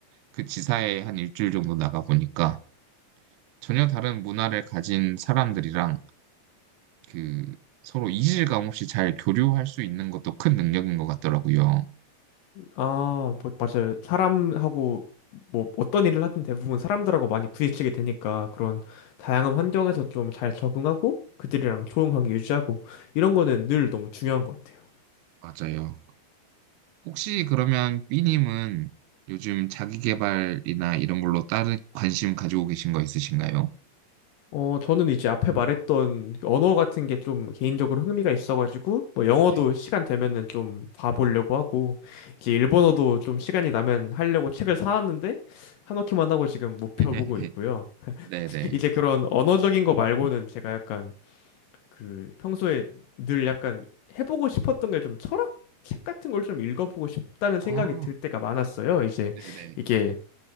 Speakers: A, on the right; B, on the left.
A: 그 지사에 한 일주일 정도 나가 보니까 전혀 다른 문화를 가진 사람들이랑 그 서로 이질감 없이 잘 교류할 수 있는 것도 큰 능력인 것 같더라고요.
B: 아, 뭐 맞아요. 사람하고 뭐 어떤 일을 하든 대부분 사람들하고 많이 부딪히게 되니까 그런 다양한 환경에서 좀 잘 적응하고 그들이랑 좋은 관계 유지하고 이런 거는 늘 너무 중요한 것 같아요.
A: 맞아요. 혹시 그러면 B님은 요즘 자기계발이나 이런 걸로 다른 관심 가지고 계신 거 있으신가요?
B: 어, 저는 이제 앞에 말했던 언어 같은 게 좀 개인적으로 흥미가 있어가지고, 뭐 영어도
A: 네.
B: 시간 되면은 좀 봐보려고 하고, 이제 일본어도 좀 시간이 나면 하려고 책을 사왔는데, 사놓기만 하고 지금 못 펴보고
A: <laughs>
B: 있고요.
A: 네네.
B: 이제 그런 언어적인 거 말고는 제가 약간 그 평소에 늘 약간 해보고 싶었던 게 좀 철학? 책 같은 걸 좀 읽어보고 싶다는
A: 아,
B: 생각이 들 때가 많았어요. 이제
A: 네네.
B: 이게